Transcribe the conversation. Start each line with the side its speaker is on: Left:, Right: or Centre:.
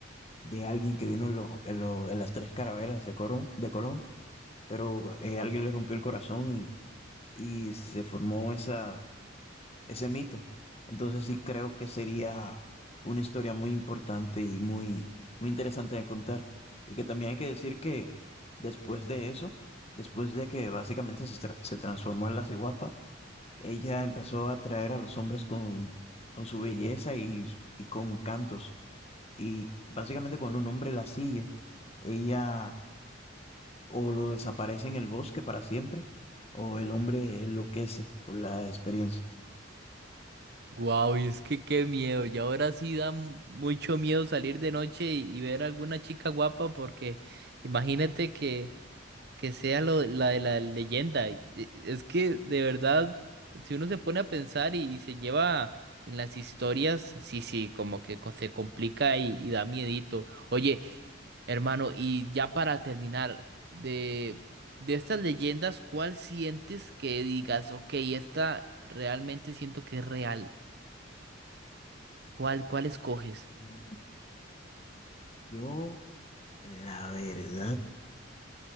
Left: de alguien que vino en, los- en los- en las tres carabelas de Colón, de Colón pero eh, alguien le rompió el corazón y, y se formó esa, ese mito. Entonces sí creo que sería una historia muy importante y muy, muy interesante de contar. Y que también hay que decir que después de eso, después de que básicamente se, tra- se transformó en la ciguapa, ella empezó a atraer a los hombres con, con su belleza y, y con cantos. Y básicamente cuando un hombre la sigue, ella o lo desaparece en el bosque para siempre, o el hombre enloquece por la experiencia.
Right: Guau, y es que qué miedo. Y ahora sí da mu- mucho miedo salir de noche y, y ver a alguna chica guapa porque imagínate que que sea lo, la de la leyenda. Y- y- Es que de verdad, si uno se pone a pensar y, se lleva en las historias, sí, sí, como que co- se complica y, y da miedito. Oye, hermano, y ya para terminar, de, de estas leyendas, ¿cuál sientes que digas, ok, esta realmente siento que es real? ¿Cuál, cuál escoges?
Left: Mm, Yo La verdad,